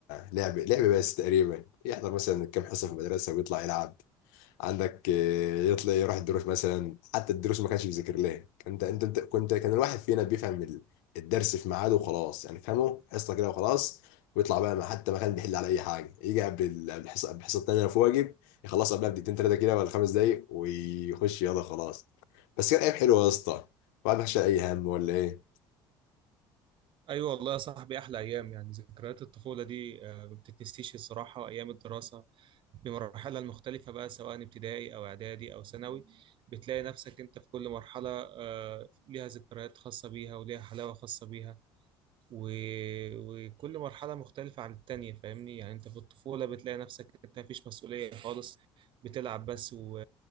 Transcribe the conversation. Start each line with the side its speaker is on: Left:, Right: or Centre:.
Left: لعب لعب بس تقريبا يحضر مثلا كام حصة في المدرسة ويطلع يلعب عندك آه، يطلع يروح الدروس مثلا حتى الدروس ما كانش بيذاكر لها انت انت أنت- كنت كان الواحد فينا بيفهم ال- الدرس في ميعاده وخلاص يعني فهمه حصه كده وخلاص ويطلع بقى ما- حتى ما كان بيحل على اي حاجه يجي قبل ال- قبل الحصه قبل الحصه الثانيه لو في واجب يخلصها قبلها بدقيقتين ثلاثه كده ولا خمس دقايق ويخش يلا خلاص بس كان ايام حلوه يا اسطى الواحد ما كانش شايل اي هم ولا ايه
Right: ايوه والله يا صاحبي احلى ايام يعني ذكريات الطفوله دي آه، ما بتتنسيش الصراحه ايام الدراسه بمراحلها المختلفه بقى سواء ابتدائي او اعدادي او ثانوي بتلاقي نفسك انت في كل مرحله آه، ليها ذكريات خاصه بيها وليها حلاوه خاصه بيها و... وكل مرحلة مختلفة عن التانية فاهمني يعني انت في الطفولة بتلاقي نفسك انت مفيش مسؤولية خالص بتلعب بس و...